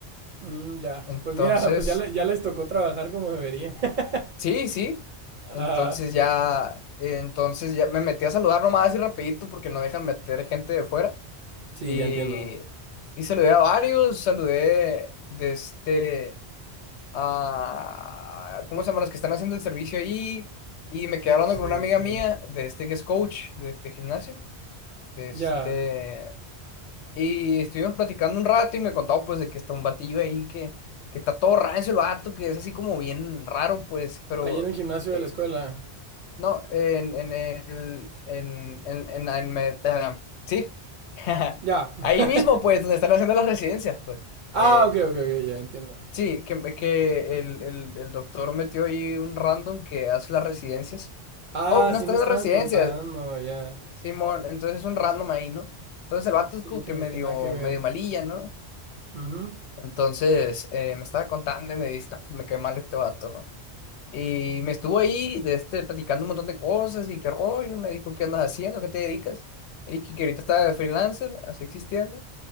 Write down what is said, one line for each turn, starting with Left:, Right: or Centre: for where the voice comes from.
Right: Mm, ya.
Left: Entonces,
Right: Pues mira, <laughs> pues ya, le- ya les tocó trabajar como deberían. <laughs>
Left: sí, sí.
Right: Ah,
Left: Entonces ya, entonces ya me metí a saludar nomás y rapidito porque no dejan meter gente de fuera.
Right: sí,
Left: Y,
Right: ya entiendo.
Left: y saludé a varios, saludé de este a ¿cómo se llaman los que están haciendo el servicio ahí? Y me quedé hablando
Right: Sí,
Left: con una amiga
Right: sí.
Left: mía de este que es coach de, de gimnasio. De este,
Right: Ya.
Left: y estuvimos platicando un rato y me contaba pues de que está un batillo ahí que, que está todo rancio el vato, que es así como bien raro, pues, pero
Right: Ahí en el gimnasio
Left: eh,
Right: de la escuela.
Left: no, en, en el, en, en, en, en me- ah, sí, <laughs>
Right: Ya.
Left: ahí
Right: <laughs>
Left: mismo, pues, donde están haciendo las residencias, pues.
Right: Ah,
Left: Eh,
Right: ok, ok, ok, ya entiendo.
Left: sí, que, que el, el, el doctor metió ahí un random que hace las residencias.
Right: Ah,
Left: Oh, no
Right: sí
Left: está
Right: me
Left: haciendo
Right: estaban
Left: residencias,
Right: contando, ya.
Left: Simón, entonces es un random ahí, ¿no? Entonces el vato es
Right: Sí,
Left: como
Right: que,
Left: que medio,
Right: que nada que ver.
Left: medio malilla, ¿no?
Right: Ujú.
Left: Entonces eh, me estaba contando y me dice, "No, pues, me cae mal este vato, ¿no? Y me estuvo ahí de este, platicando un montón de cosas y qué rollo. Me dijo, ¿qué andas haciendo? ¿Qué te dedicas? Le dije que ahorita estaba de freelancer, así existiendo.